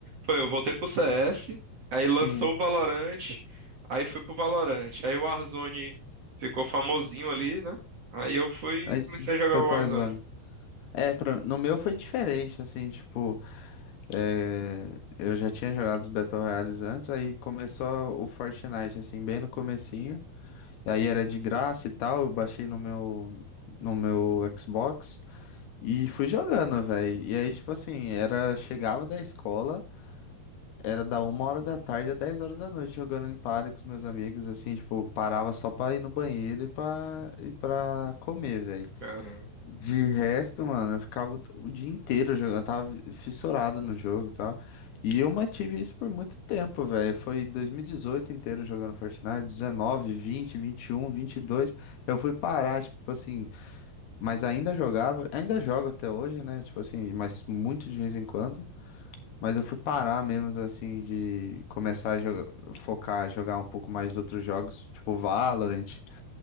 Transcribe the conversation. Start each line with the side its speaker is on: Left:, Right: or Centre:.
Right: Foi, eu voltei pro CS, aí
Left: Sim.
Right: lançou o Valorant, aí fui pro Valorant. Aí o Warzone ficou famosinho ali, né? Aí eu fui
Left: Aí
Right: e comecei
Left: sim,
Right: a jogar
Left: foi
Right: o
Left: Tarzan.
Right: Warzone.
Left: É, pra- no meu foi diferente, assim, tipo, é, eu já tinha jogado os Battle Royales antes, aí começou o Fortnite, assim, bem no comecinho, e aí era de graça e tal, eu baixei no meu, no meu Xbox e fui jogando, velho, e aí, tipo assim, era, chegava da escola, Era da uma hora da tarde a 10 horas da noite jogando em party com os meus amigos, assim, tipo, parava só pra ir no banheiro e pra, e pra comer, velho.
Right: Caramba.
Left: De resto, mano, eu ficava o o dia inteiro jogando, eu tava fissurado no jogo e tal. E eu mantive isso por muito tempo, velho. Foi 2018 inteiro jogando Fortnite, 19, 20, 21, 22. Eu fui parar, tipo assim, mas ainda jogava, ainda jogo até hoje, né? Tipo assim, mas muito de vez em quando. Mas eu fui parar mesmo, assim, de começar a jogar, focar, jogar um pouco mais outros jogos, tipo Valorant.